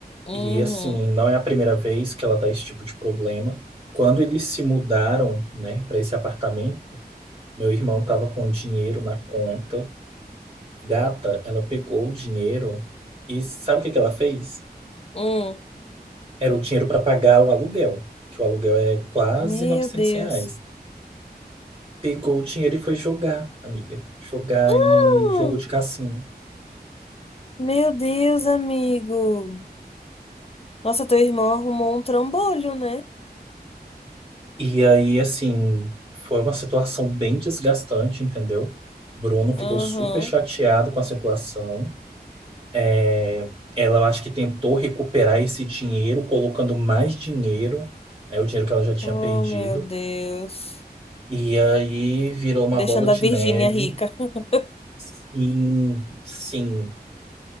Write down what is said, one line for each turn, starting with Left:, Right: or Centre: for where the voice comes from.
Left: Uhum.
Right: E assim, não é a primeira vez que ela dá esse tipo de problema. Quando eles se mudaram, né, para esse apartamento, meu irmão tava com dinheiro na conta. Gata, ela pegou o dinheiro e sabe o que que ela fez?
Left: Hum.
Right: Era o dinheiro para pagar o aluguel, que o aluguel é quase
Left: Meu
Right: 900
Left: Deus.
Right: reais. Pegou o dinheiro e foi jogar, amiga. Jogar
Left: Ah!
Right: em jogo de cassino.
Left: Meu Deus, amigo. Nossa, teu irmão arrumou um trambolho, né?
Right: E aí, assim, foi uma situação bem desgastante, entendeu? Bruno ficou
Left: Aham.
Right: super chateado com a situação. É, Ela, eu acho que tentou recuperar esse dinheiro, colocando mais dinheiro, né, o dinheiro que ela já tinha
Left: Oh,
Right: perdido.
Left: meu Deus.
Right: E aí virou uma
Left: Deixando
Right: bola de
Left: a Virgínia
Right: neve.
Left: rica. <laughs>
Right: Sim, sim.